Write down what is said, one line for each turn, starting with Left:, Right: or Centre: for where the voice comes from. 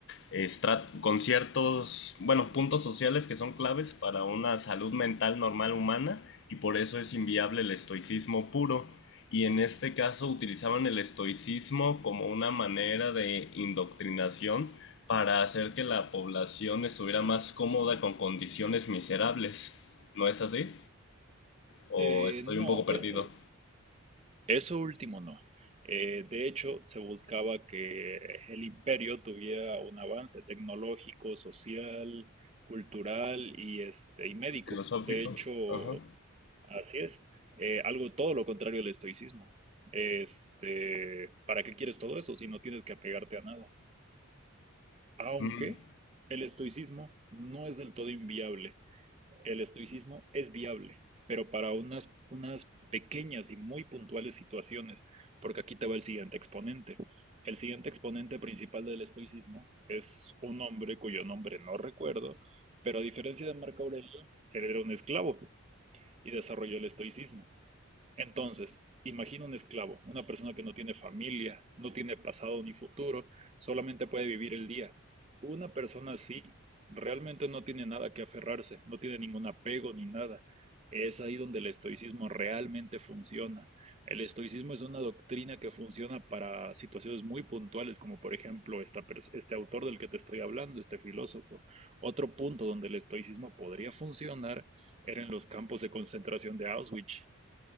Left: estra- con ciertos, bueno, puntos sociales que son claves para una salud mental normal humana y por eso es inviable el estoicismo puro. Y en este caso utilizaban el estoicismo como una manera de indoctrinación para hacer que la población estuviera más cómoda con condiciones miserables. ¿No es así? ¿O
Right: Eh,
Left: estoy
Right: no,
Left: un poco perdido?
Right: eso, Eso último no. Eh, de hecho, se buscaba que el imperio tuviera un avance tecnológico, social, cultural y, este, y médico.
Left: Filosófico.
Right: De hecho,
Left: Ajá.
Right: así es. Eh, algo todo lo contrario del estoicismo. Este, ¿para qué quieres todo eso si no tienes que apegarte a nada? Aunque
Left: Mm.
Right: el estoicismo no es del todo inviable. El estoicismo es viable, pero para unas, unas pequeñas y muy puntuales situaciones, porque aquí te va el siguiente exponente. El siguiente exponente principal del estoicismo es un hombre cuyo nombre no recuerdo, pero a diferencia de Marco Aurelio, él era un esclavo y desarrolló el estoicismo. Entonces, imagina un esclavo, una persona que no tiene familia, no tiene pasado ni futuro, solamente puede vivir el día. Una persona así realmente no tiene nada que aferrarse, no tiene ningún apego ni nada. Es ahí donde el estoicismo realmente funciona. El estoicismo es una doctrina que funciona para situaciones muy puntuales, como por ejemplo esta pers- este autor del que te estoy hablando, este filósofo. Otro punto donde el estoicismo podría funcionar era en los campos de concentración de Auschwitz.